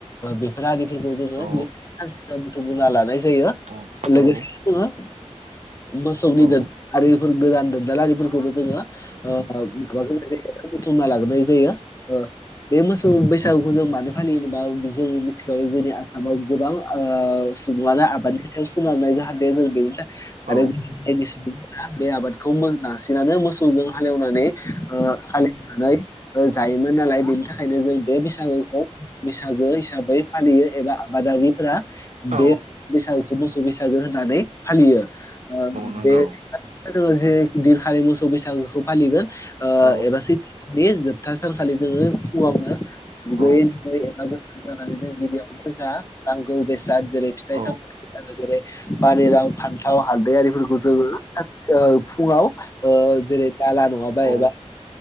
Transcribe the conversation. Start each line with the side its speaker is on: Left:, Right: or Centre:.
Left: बेफोर फोरखौ जोङो
Right: औ
Left: सानयाव बुथुमबा लानाय जायो
Right: औ
Left: लोगोसे जोङो मोसौनि
Right: औ
Left: दारिफोर
Right: औ
Left: गोदान दोनदालारिफोरखौबो जोङो
Right: औ
Left: ओ बुुथुमना लाग्रोनाय जायो बे मोसौ बैसागु जों मानो फालियोबा आथिखाव जोंनि आसामाव गोबां सुबुङानो ओ आबादनि सायाव सोनारनाय जाहाथे जों बेनि थाखाय आरो
Right: औ
Left: जों बायदि सुबुंफोरा बे आबादखौ बांसिनानो मोसौजों हालेवनानै फालिवनानै जायोमोन नालाय बेनि थाखायनो जों बे बैसागुखौ बैसागो हिसाबै फालियो एबा आबादारिफोरा
Right: औ
Left: बे बैसागोखौ मोसौ बैसागो होननानै फालियो
Right: नंगौ
Left: बे जोो जे गिदिरखालि मोसौ बैसागोखौ फालिगोन ओ
Right: औ
Left: एबा सैथोनि सथा सानखालि जोङो फुङावनो दुगैयै
Right: औ
Left: लुगै एबा गोथार जानानै जों गिबियावनो जा नांगौ बेसाद जेरै फिथाइ
Right: औ
Left: सामथाइ आरो जेरै बारिेराव फान्थाव हालदैआरिफोरखौ जोङो ओ फुङाव ओ जेरै दाला नङाबा
Right: औ
Left: एबा